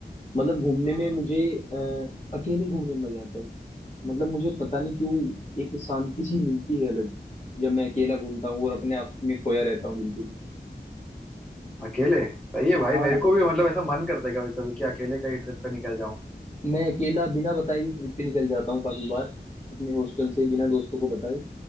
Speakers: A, on the left; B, in the centre.
A: मतलब घूमने
B: हाँ।
A: में मुझे अ, अकेले घूमने में मजा आता है मतलब मुझे पता नहीं क्यों एक शांति सी मिलती है अलग जब मैं अकेला घूमता हूँ और अपने आप में खोया रहता हूँ बिल्कुल
B: अकेले सही है भाई
A: हाँ
B: मेरे को भी मतलब ऐसा मन करता है कभी कभी कि अकेले कहीं ट्रिप पे निकल जाऊं
A: मैं अकेला बिना बताए भी ट्रिप पे निकल जाता हूँ काफी बार अपने हॉस्टल से बिना दोस्तों को बताए